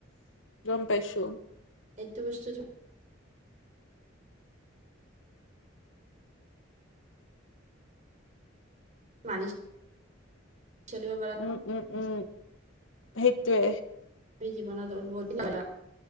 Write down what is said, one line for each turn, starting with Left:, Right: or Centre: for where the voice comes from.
Left: গম পাইছোঁ।
Right: এইটো বস্তুটো- মানি <unintelligible> চলিব পাৰা
Left: উম উম উম সেইটোৱে।
Right: তুমি জীৱনত অদ্ভুত পালা,